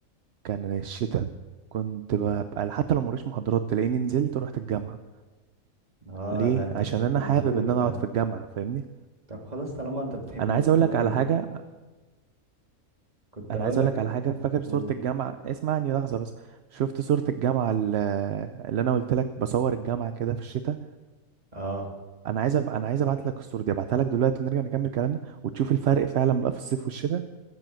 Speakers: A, on the right; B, on the right.
A: كان الشتاء كنت ببقى حتى لو موريش محاضرات تلاقيني نزلت ورحت الجامعة
B: اه
A: ليه
B: لا انت
A: عشان
B: بتحب
A: انا
B: النزول
A: حابب ان
B: فعلا
A: انا اقعد في الجامعة فاهمني
B: طب خلاص طالما انت بتحب
A: انا
B: النزول
A: عايز اقول لك على حاجه
B: كنت
A: انا
B: اقول
A: عايز اقول
B: لك
A: لك على حاجه فاكر صوره
B: قول
A: الجامعه اسمعني لحظه بس شفت صوره الجامعه ال- اللي انا قلت لك بصور الجامعه كده في الشتاء
B: اه
A: انا عايز أب... انا عايز ابعت لك الصوره دي ابعتها لك دلوقتي ونرجع نكمل كلامنا وتشوف الفرق فعلا بقى في الصيف والشتاء